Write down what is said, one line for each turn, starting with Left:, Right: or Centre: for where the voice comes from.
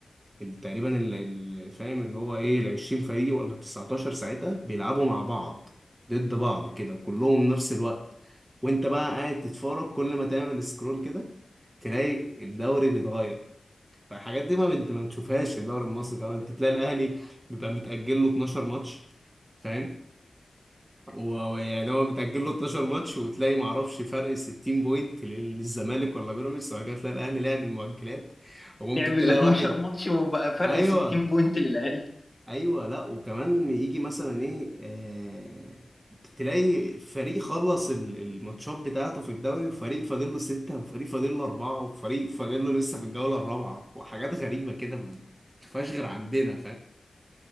Right: ال- تقريبا ال- ال- فاهم اللي هو إيه العشرين فريق ولا التسعتاشر ساعتها بيلعبوا مع بعض ضد بعض كده وكلهم نفس الوقت وأنت بقى قاعد تتفرج كل ما تعمل سكرول كده تلاقي الدوري بيتغير فالحاجات دي ما انت ما بتشوفهاش في الدوري المصري طبعا انت تلاقي الاهلي بيبقى متأجل له 12 ماتش فاهم ويعني هو بتأجل له 12 ماتش وتلاقي معرفش فرق 60 بوينت للزمالك ولا بيراميدز وبعد كده تلاقي الأهلي لعب المؤجلات وممكن
Left: لعب
Right: تلاقي
Left: ال 12
Right: واحد
Left: ماتش وبقى فرق
Right: أيوه
Left: 60 بوينت للاهلي
Right: أيوه لأ وكمان يجي مثلا إيه آه تلاقي فريق خلص ال- الماتشات بتاعته في الدوري وفريق فاضل له ستة وفريق فاضل له أربعة وفريق فاضل له لسه في الجولة الرابعة وحاجات غريبة كده ما تشوفهاش غير عندنا